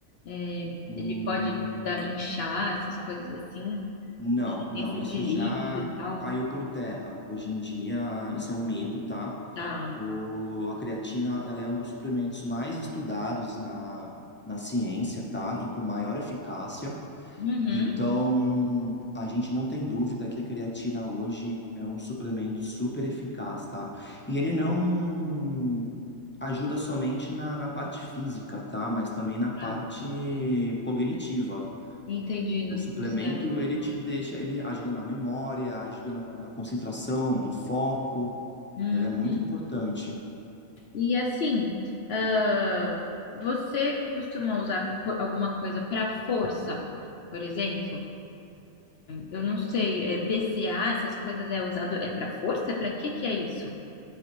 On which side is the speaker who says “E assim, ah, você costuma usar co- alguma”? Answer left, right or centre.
Left